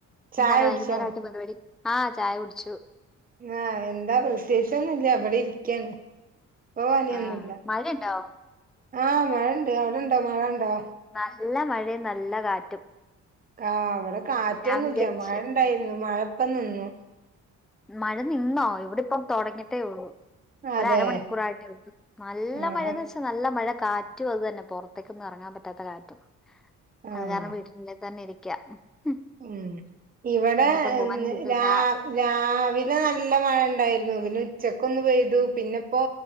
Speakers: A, on the right; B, in the centre.
A: ചായ
B: എന്താണ്
A: കുടിച്ചോ
B: വൈകുന്നേരം ആയിട്ട് പരുപാടി ആഹ് ചായ കുടിച്ചു
A: ആഹ് എന്താ പ്രത്യേകിച്ചൊന്നില്ല ഇവിടെ ഇരിക്കാണ് ഇപ്പൊ പണിയൊന്നുല്ല
B: ആഹ് മഴ ഇണ്ടാവോ
A: ആഹ് മഴയണ്ട് അവിടെണ്ടോ മഴ ഉണ്ടോ
B: നല്ല മഴയും നല്ല കാറ്റും
A: ആ അവിടെ കാറ്റൊന്നുംല്ല
B: ഞാൻ വിചാരിച്ച്
A: മഴ ഇണ്ടായിരുന്നു മഴ ഇപ്പ നിന്നു
B: മഴ നിന്നോ ഇവിടെപ്പം തുടങ്ങിട്ടേ ഉള്ളൂ ഒരു
A: അതെ
B: അരമണിക്കൂറായിട്ടേ ഉു നല്ല
A: ആഹ്
B: മഴന്ന് വെച്ചാൽ നല്ല മഴ കാറ്റും അത് തന്നെ പുറത്തേക്കൊന്നും ഇറങ്ങാൻ പറ്റാത്ത കാറ്റും അത്
A: ആഹ്
B: കാരണം വീട്ട തന്നെ ഇരിക്ക <unintelligible>
A: ഉം ഇവിടെ
B: എങ്ങോട്ടും പോകാനും പറ്റൂല
A: രാ രാ ന നല്ല മഴ ഉണ്ടായിരുന്നു പിന്നെ ഉച്ചക്ക്ന്നന്ന് പെയ്തു പിന്നെ ഇപ്പോ